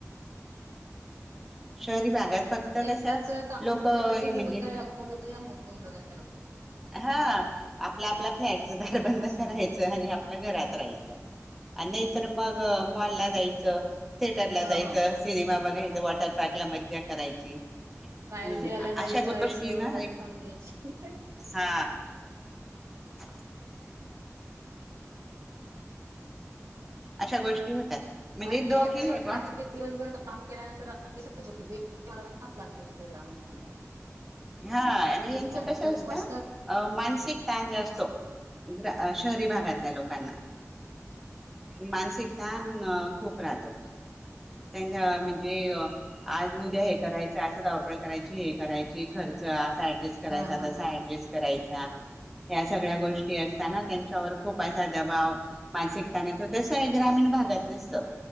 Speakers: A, in the centre; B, on the right.
A: ह. शहरी भागात फक्त
B: एकदाच
A: कशा
B: काम
A: लोक
B: झालं
A: हे
B: का टीव्ही
A: म्हणजे,
B: बघायला लागून जातो या मोबाईल बघायला
A: हा आपल्या आपल्या फ्लॅटच दारबंद
B: लागून असं
A: करायचं
B: होऊन जातं.
A: आणि आपल्या घरात हायच आणि नाहीतर मग मॉल ला जायचं. थिएटरला
B: हो
A: जायचं, सिनेमा बघायचं वॉटर.
B: हो
A: पार्कला मज्जा करायची.
B: बाहेर
A: हम्
B: फिरायला जायचं
A: अशा गोष्टी
B: आईस्क्रीम
A: ना
B: वगैरे खाऊन घ्यायची.
A: हा. <unintelligible> अशा गोष्टी होतात म्हणजे
B: आणित्री
A: दोघी आहे बा
B: दिवसभर काम केल्यानंतरात्री परमाणात लागते तिथं ग्रामीण भागात
A: हा आणि यांचं
B: शेतकऱ्याचे
A: कस असत
B: लोक
A: अ
B: असतात
A: मानसिक ताण जास्त ज असतो शहरी भागातल्या लोकांना. मानसिक ताण खुप राहतो त्यांच्या म्हणजे आज उद्या हे करायच असं धावपळ करायची हे करायची खर्च असं एडजस्ट करायचा,
B: हा हा.
A: तसा ऍडजस्ट करायचा या, सगळ्या गोष्टी अस त्यांच्यावर खुप असा दबाव मानसिक ताण येतो, तसं हे ग्रामीण भागात नसतं.